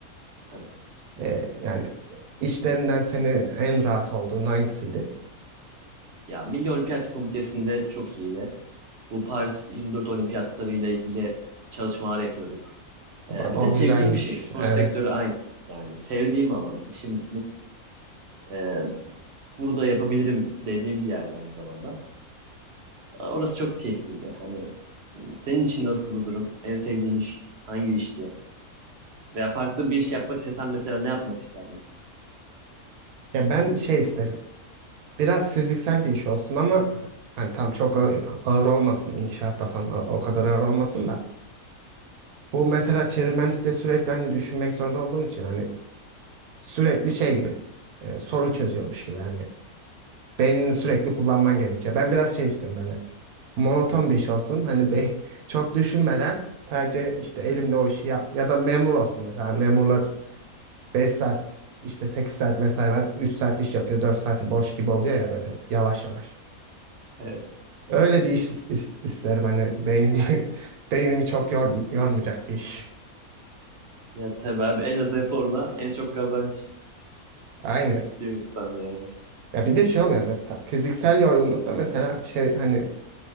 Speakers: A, on the right; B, on the right.
A: Tabii.
B: E, yani işlerinden seni en rahat olduğun hangisiydi?
A: Ya Milli Olimpiyat Komitesi'nde çok iyiydi. Bu Paris 24 Olimpiyatları ile ilgili çalışmalar yapıyorduk. E,
B: Bak
A: bir
B: o
A: de sevdiğim
B: güzelmiş.
A: bir şey. Spor
B: Evet.
A: sektörü aynı. Yani sevdiğim alan. İşimi e, burada yapabilirim dediğim bir yerde aynı zamanda. E, Orası çok keyifliydi. Hani m, senin için nasıldı durum? En sevdiğin iş hangi işti? Veya farklı bir iş yapmak istesen mesela ne yapmak isterdin?
B: Ya ben şey isterim. Biraz fiziksel bir iş olsun ama hani tam çok a- ağır olmasın inşaatta falan a- o kadar ağır olmasın da. Bu mesela çevirmenlikte sürekli hani düşünmek zorunda olduğum için hani sürekli şey gibi e, soru çözüyormuş gibi hani beynini sürekli kullanman gerekiyor. Ben biraz şey istiyorum böyle monoton bir iş olsun hani be, <laughs> çok düşünmeden sadece işte elimde o işi yap ya da memur olsun mesela Hani, memurlar 5 saat işte 8 saat mesai var 3 saat iş yapıyor 4 saati boş gibi oluyor ya böyle yavaş yavaş.
A: <laughs> Evet.
B: Öyle bir iş is- is- isterim hani beynimi <laughs> beynimi çok yor- yormayacak bir iş.
A: Ya tabii abi en az eforla en çok kazanç.
B: Aynen.
A: İstiyor insan yani.
B: Ya bir de şey oluyor mesela fiziksel yorgunlukta mesela şey hani